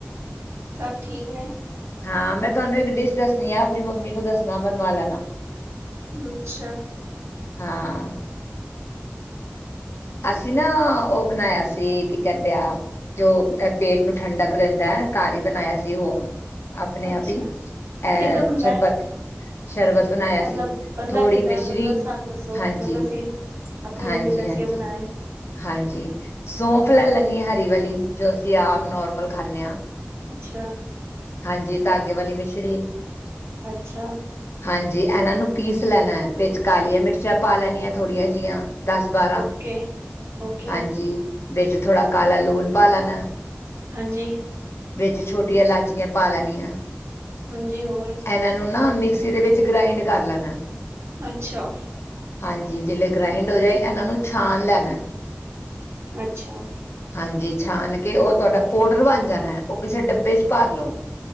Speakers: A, on the right; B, on the left.
A: ਸਭ ਠੀਕ ਨੇ-
B: ਹਾਂ ਮੈਂ ਤੁਹਾਨੂੰ ਇੱਕ ਡਿਸ਼ ਦੱਸਣੀ ਆ ਆਪਣੀ ਮੰਮੀ ਨੂੰ ਦੱਸਣ ਬਣਵਾ ਲਨਾ
A: ਅੱਛਾ।
B: ਹਾਂ। ਅਸੀਂ ਨਾ ਉਹ ਬਣਾਇਆ ਸੀ ਕੀ ਕਹਿੰਦੇ ਆ ਜੋ ਪੇਟ ਨੂੰ ਠੰਡਕ ਦਿੰਦਾ ਘਾਰੀ ਬਣਾਇਆ ਸੀ ਉਹ ਆਪਣੇ
A: ਅੱਛਾ
B: ਆਪ ਹੀ ਇਹ
A: ਕਿੱਦਾਂ ਬੰਦਾ
B: ਸ਼ਰਬਤ- ਸ਼ਰਬਤ ਬਣਾਇਆ
A: ਮਤਲਬ
B: ਸੀ
A: ਬੰਦਾ
B: ਥੋੜ੍ਹੀ
A: ਕਿੱਦਾਂ
B: ਮਿਸ਼ਰੀ
A: ਮਤਲਬ ਸਾਨੂੰ ਦੱਸੋ
B: ਹਾਂਜੀ
A: ਮਤਲਬ ਅਸੀਂ ਆਪਣੀ
B: ਹਾਂਜੀ
A: ਮੰਮੀ ਨੇ ਦਸੀ
B: ਹਾਂਜੀ
A: ਬਣਾਇਆ
B: ਹਾਂਜੀ ਸੌਂਫ ਲੈ ਲੈਂਣੀ ਏ ਵਾਲੀ ਜੋ ਅਸੀਂ ਆਪ ਨੋਰਮਲ ਖਾਂਣੇ ਹਾਂ।
A: ਅੱਛਾ।
B: ਹਾਂਜੀ ਧਾਗੇ ਵਾਲੀ ਮਿਸ਼ਰੀ।
A: ਅੱਛਾ
B: ਹਾਂਜੀ ਇਹਨਾਂ ਨੂੰ ਪੀਸ- ਪਿਸ ਲੈਣਾ ਵਿੱਚ ਕਾਲੀਆਂ ਮਿਰਚਾਂ ਪਾ ਲੈਣੀਆਂ ਥੋੜੀਆਂ ਜਹੀਆ। ਦਸ ਬਾਰਾਂ
A: ਓਕੇ ਓਕੇ
B: ਹਾਂਜੀ ਵਿੱਚ ਥੋੜ੍ਹਾ ਕਾਲਾ ਲੂਣ ਪਾ ਲੈਣਾ।
A: ਹਾਂਜੀ।
B: ਵਿੱਚ ਛੋਟੀਆਂ ਇਲਾਚੀਆਂ ਪਾ ਲੈਣੀਆਂ।
A: ਹਾਂਜੀ, ਹੋਰ।
B: ਇਹਨਾਂ ਨੂੰ ਨਾ ਮਿਕਸੀ ਦੇ ਵਿੱਚ ਗ੍ਰਾਇੰਡ ਕਰ ਲੈਨੈ।
A: ਅੱਛਾ।
B: ਹਾਂਜੀ ਜਿ, ਗ੍ਰਾਇੰਡ ਹੋ ਜਾਏ, ਇਹਨਾਂ ਨੂੰ ਛਾਣ ਲੈਣਾ।
A: ਅੱਛਾ।
B: ਹਾਂਜੀ, ਛਾਨ ਕੇ ਉਹ ਤੁਹਾਡਾ ਪਾਊਡਰ ਬਣ ਜਾਣਾ, ਉਹ ਕਿਸੇ ਡੱਬੇ ਚ ਭਾਰ ਲਉ।